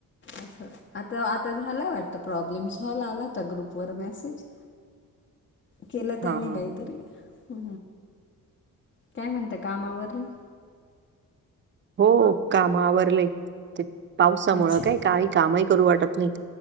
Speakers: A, on the left; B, on the right.
A: अस आता आता झाला वाटतं प्रॉब्लेम सॉल्व आलाता ग्रुपवर मेसेज केलं त्यांनी
B: हा हा
A: काहीतरी
B: हा
A: हू काय म्हणता काम आवरली
B: हो काम आवरले ते पावसामुळ
A: अच्छा
B: काय काही कामही करू वाटत नाही